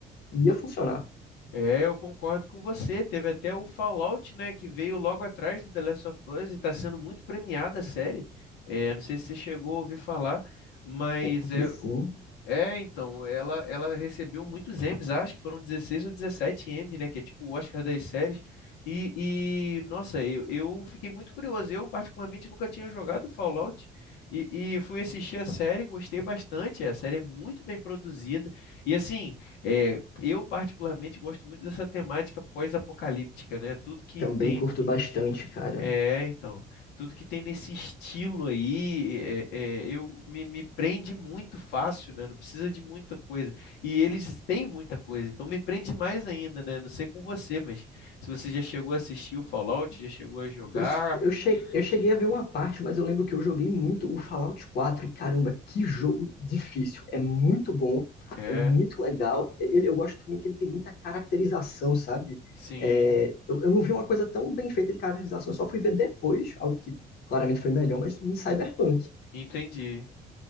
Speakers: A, on the left; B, on the left.
A: E ia funcionar.
B: É, eu concordo com você. Teve até o Fallout, né, que veio logo atrás do The Last of Us e tá sendo muito premiada a série. É, não sei se você chegou a ouvir falar, mas
A: Com- Vi
B: é,
A: sim,
B: É, então, ela, ela recebeu muitos Emmys, acho que foram 16 ou 17 Emmys, né? Que é tipo o Oscar das séries. E, e, nossa, eu, eu fiquei muito curioso. Eu, particularmente, nunca tinha jogado Fallout e, e fui assistir a série, gostei bastante. A série é muito bem produzida. E, assim, é, eu, particularmente, gosto muito dessa temática pós-apocalíptica, né? Tudo que
A: também
B: tem
A: curto bastante, cara.
B: é, então, tudo que tem nesse estilo aí, é, é, eu me, me prende muito fácil, né? Não precisa de muita coisa. E eles têm muita coisa, então me prende mais ainda, né? Não sei com você, mas se você já chegou a assistir o Fallout, já chegou a jogar,
A: Eu, eu, che- eu cheguei a ver uma parte, mas eu lembro que eu joguei muito o Fallout quatro E caramba, que jogo difícil. É muito bom,
B: é,
A: é muito legal. Ele, eu gosto também que ele tem muita caracterização, sabe?
B: sim,
A: É, eu, eu não vi uma coisa tão bem feita de caracterização, eu só fui ver depois, algo que claramente foi melhor, mas em Cyberpunk.
B: entendi,